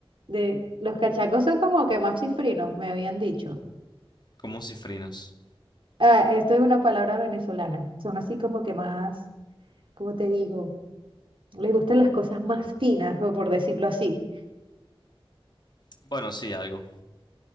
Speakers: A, on the right; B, on the left.
A: de los cachacos son como que más cifrinos, me habían dicho.
B: Como cifrinos.
A: Ah, esto es una palabra venezolana. Son así como que más, ¿cómo te digo? Les gustan las cosas más finas, o por decirlo así.
B: Bueno, sí, algo.